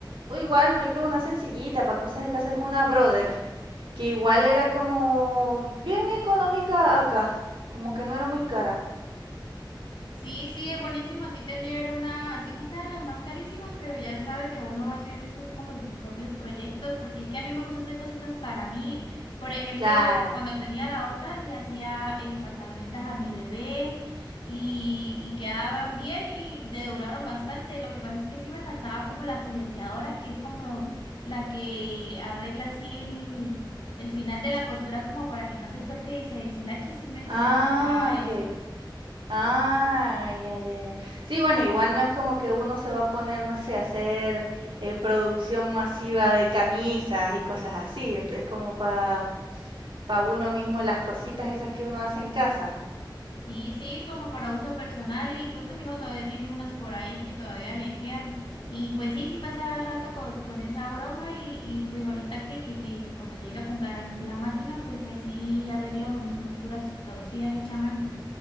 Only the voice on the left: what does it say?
Sí, sí, es buenísimo así tener una, así no sean las más carísimas, pero ya sabe que uno va a hacer sus, como sus propios proyectos, porque es que a mí me gusta hacer cositas para mí. Por ejemplo,
cuando tenía la otra, le hacía eh, pantalonetas a mi bebé y, y quedaban bien y le duraron bastante. Lo que pasa es que sí me faltaba como la fileteadora, que es como la que arregla así el, el final de la costura como para que no se suelte y se deshilache, sí me,
sí me faltaba eso.
Sí, sí, como para uso personal, e incluso mi hijo todavía tiene unas por ahí que todavía le quedan. Y pues sí, sí pasaba el rato con, con esa broma y, y pues ahorita que, que, que cuando llegue a comprar la máquina, pues ahí sí arreglo mis costuras torcidas hecha a mano.